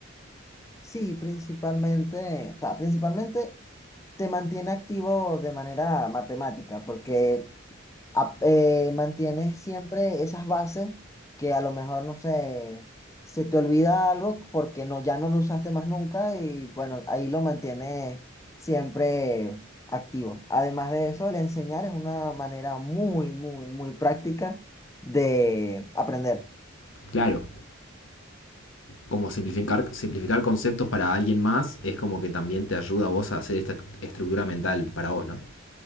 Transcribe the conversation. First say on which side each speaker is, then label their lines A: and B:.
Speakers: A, on the left; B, on the left.
A: sí, principalmente, o sea, principalmente te mantiene activo de manera matemática, porque a- eh, mantienes siempre esas bases que a lo mejor, no sé, se te olvida algo porque no, ya no lo usaste más nunca y bueno, ahí lo mantienes siempre activo. Además de eso, el enseñar es una manera muy, muy, muy práctica de aprender.
B: Claro, como simplificar, simplificar conceptos para alguien más es como que también te ayuda a vos a hacer esta estructura mental para vos, ¿no?